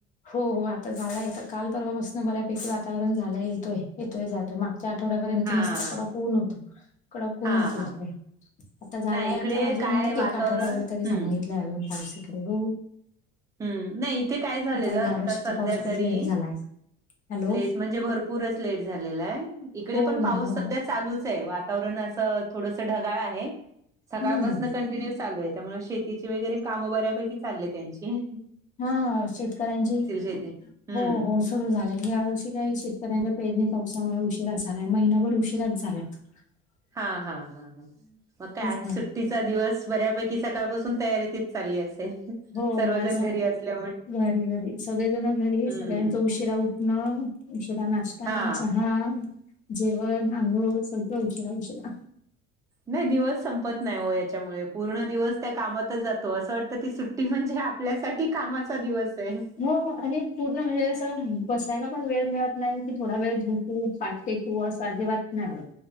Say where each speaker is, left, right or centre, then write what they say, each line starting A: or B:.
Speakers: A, on the left; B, on the right.
A: हो हो. आता झालाय आता, काल परवापासनं बऱ्यापैकी वातावरण झालंय येतोय. येतोय जातोय. मागच्या आठवड्यापर्यत
B: हा
A: मस्त
B: हा
A: कडक ऊन होतं. कडक ऊन
B: हा
A: होत
B: हा
A: इकडे. आता झालाय.
B: नाही इकडे
A: आता अजून
B: काय
A: एक
B: वातावरण
A: आठवडाभर तरी सांगितलंय
B: हम्म
A: अजून पावस इकडे बघू.
B: हम्, नाही इथे काय झालेलं,
A: ह्या
B: आता
A: वर्षीचा
B: संध्या
A: पाऊस खूप
B: तरी
A: लेट झालाय हॅलो
B: लेट म्हणजे भर पूरच लेट झालेला आहे. इकडे
A: हो
B: पण पाऊस
A: ना हो
B: संध्या
A: ना
B: चालूच आहे. वात वातावरण असं थोडसं ढगाळ आहे. सकाळपासनं
A: हम्म
B: कंटिन्यू चालू आहे. त्यामुळे शेतीची वगैरे कामं बऱ्यापैकी चालेत यांची.
A: हा, शेतकऱ्यांची
B: शेती हम्म
A: हो हो. सुरू झालंय. या वर्षी काही शेतकऱ्यांच्या पेरणी पावसामुळे उशिरा झालाय. महिनाभर उशिराच झाल्या. <inaudible>
B: हा हा हा ह, मग काय आज
A: ना.
B: सुट्टी. चा दिवस बऱ्यापैकी सकाळपासून तयारीतीत चाल्ली असेल.
A: हो
B: सर्वजण
A: हो असा
B: घरी असल्या
A: घरी घरी सगळे जण घरी
B: हम्म
A: सगळ्यांचा उशिरा उठणं, उशिरा नाश् ता
B: हा.
A: चहा, जेवण, आंघोळ सगळं उशिरा उशिरा
B: नाही दिवस संपत नाही ओ याच्यामुळे पूर्ण दिवस त्या कामातच जातो. असं वाटतं ती सुट्टी ट्टी म्हणजे आपल्यासाठी कामाचा दिवस आहे.
A: हो. आणि पूर्ण हे असं बसायला पण वेळ मिळत नाही की, थोडा वेळ झोपु, पाट टेकू असं अजिबात नाही होत.